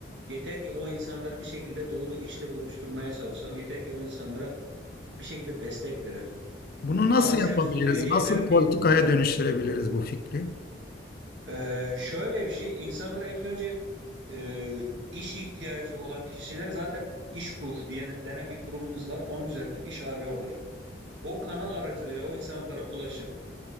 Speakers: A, on the right (about 75°); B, on the left (about 50°).
A: Yeter ki o insanları bir şekilde doğru işle buluşturmaya çalışalım. Yeter ki o insanlara bir şekilde destek verelim.
B: Bunu nasıl
A: Ama
B: yapabiliriz?
A: sen Suriyeli'ye
B: Nasıl
A: verdiğin
B: politikaya
A: e,
B: dönüştürebiliriz bu fikri?
A: Ee, şöyle bir şey, insanlara ilk önce e, iş ihtiyacı olan kişiler zaten İşkur diye denen bir kurumumuz var. Onun üzerinden iş arıyorlar. O kanal aracılığıyla o insanlara ulaşıp